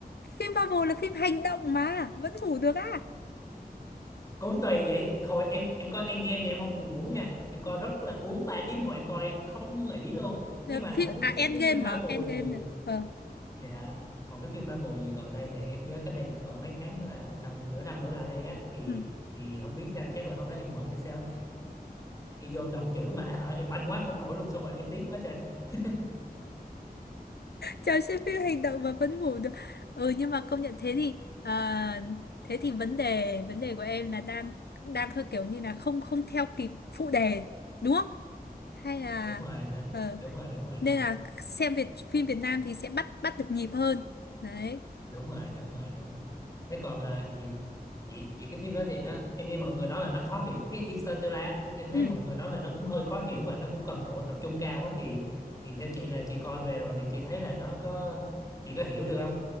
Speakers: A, on the left; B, on the left.
A: phim Marvel là phim hành động mà vẫn ngủ được á
B: cũng tùy chị hồi em em coi Endgame thì em không buồn ngủ nha em coi rất là cuốn 3 tiếng hồi em coi không nghỉ luôn
A: Là
B: nhưng mà
A: phim
B: không biết
A: à
B: cái
A: Endgame
B: cái phim Marvel
A: hả Endgame
B: gì
A: nè ờ
B: dạ còn cái phim Marvel gì gần đây nè em nhớ cách đây cũng cỡ mấy tháng thôi à tầm nửa năm đổ lại đây á thì
A: Ừ.
B: thì không biết sao chắc là hôm đó em mệt hay sao em vô em đọc chữ mà hả em banh quá không nổi luôn xong rồi em tiếc quá trời <laughs>
A: Chào xem phim hành động mà vẫn ngủ được. Ừ nhưng mà công nhận thế thì à, thế thì vấn đề vấn đề của em là đang đang hơi kiểu như là không không theo kịp phụ đề đúng không? Hay là
B: đúng rồi
A: ờ,
B: đúng rồi đúng rồi đúng
A: nên
B: rồi
A: là xem Việt phim Việt Nam thì sẽ bắt bắt được nhịp hơn. Đấy.
B: đúng rồi đúng rồi đúng rồi thế còn à, vậy, vậy vậy cái phim đó thì nó em nghe mọi người nói là nó khó hiểu cái Interstellar á, em thấy
A: Ừ.
B: mọi người nói là nó cũng hơi khó hiểu và nó cũng cần độ tập trung cao quá thì thì theo chị là chị coi về rồi thì chị thấy là nó có chị có hiểu được không